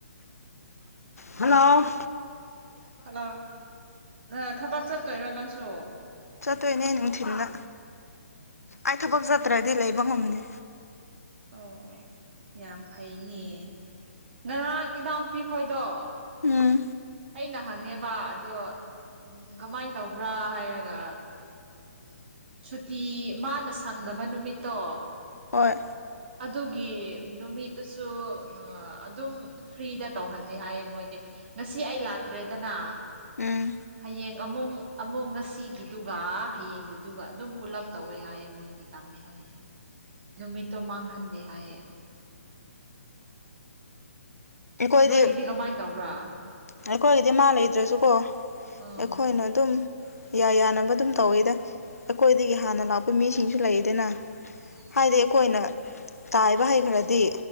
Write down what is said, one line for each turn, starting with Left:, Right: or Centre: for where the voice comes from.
Left: <unintelligible> ꯍꯜꯂꯣ
Right: ꯍꯜꯂꯣ ꯅꯪ ꯊꯕꯛ ꯆꯠꯇꯣꯏꯔꯣ ꯅꯪꯁꯨ
Left: ꯆꯠꯇꯣꯏꯅꯦ ꯅꯨꯡꯊꯤꯟꯗ
Right: ꯎꯝ
Left: ꯑꯩ ꯊꯕꯛ ꯆꯠ ꯆꯠꯇ꯭ꯔꯗꯤ ꯂꯩꯕ ꯉꯝꯗꯦ
Right: ꯑꯣ ꯑꯣ ꯌꯥꯝ ꯐꯩꯅꯦ ꯅꯪ ꯉꯔꯥꯡ ꯏꯟꯅꯥꯎ ꯅꯨꯨꯄꯤ ꯈꯣꯏꯗꯣ
Left: ꯎꯝ
Right: ꯑꯩꯅ ꯍꯪꯉꯦꯕ ꯑꯗꯣ ꯎꯝ ꯀꯃꯥꯏꯅ ꯇꯧꯕ꯭ꯔꯥ ꯍꯥꯏꯔꯒ ꯎꯝ ꯁꯨꯇꯤ ꯃꯥꯅ ꯁꯪꯗꯕ ꯅꯨꯃꯤꯠꯇꯣ
Left: ꯍꯣꯏ
Right: ꯑꯗꯨꯒꯤ ꯅꯨꯃꯤꯠꯇꯨꯁꯨ ꯑꯥ ꯑꯗꯨꯝ ꯐ꯭ꯔꯤꯗ ꯇꯧꯍꯟꯗꯦ ꯍꯥꯏꯌꯦ ꯃꯣꯏꯗꯤ ꯉꯁꯤ ꯑꯩ ꯂꯥꯛꯇ꯭ꯔꯦꯗꯅ
Left: ꯎꯝ
Right: ꯍꯌꯦꯡ ꯑꯃꯨꯛ ꯑꯃꯨꯛ ꯉꯁꯤꯒꯤꯗꯨꯒ ꯍꯌꯦꯡꯒꯤꯗꯨꯒ ꯑꯗꯨꯝ ꯄꯨꯜꯂꯞ ꯇꯧꯋꯦ ꯍꯥꯏꯌꯦ ꯃꯣꯏꯗꯤ ꯇꯝꯃꯦ ꯍꯥꯏꯌꯦ ꯅꯨꯃꯤꯠꯇꯣ ꯃꯥꯡꯍꯟꯗꯦ ꯍꯥꯏꯌꯦ
Left: ꯑꯩꯈꯣꯏꯗꯤ
Right: ꯅꯣꯏꯒꯤꯗꯤ ꯀꯃꯥꯏꯅ ꯇꯧꯕ꯭ꯔꯥ
Left: ꯑꯩꯈꯣꯏꯒꯤꯗꯤ ꯃꯥꯥ ꯂꯩꯗ꯭ꯔꯁꯨꯀꯣ
Right: ꯎꯝ
Left: ꯑꯩꯈꯣꯏꯅ ꯑꯗꯨꯝ ꯌꯥ ꯌꯥꯅꯕ ꯑꯗꯨꯝ ꯇꯧꯋꯦꯗ ꯑꯩꯈꯣꯏꯗꯒꯤ ꯍꯥꯟꯅ ꯂꯥꯛꯄ ꯃꯤꯁꯤꯡꯁꯨ ꯂꯩꯌꯦꯗꯅ
Right: ꯎꯝ
Left: ꯍꯥꯏꯗꯤ ꯑꯩꯈꯣꯏꯅ ꯇꯥꯏꯕ ꯍꯩ ꯈ꯭ꯔꯗꯤ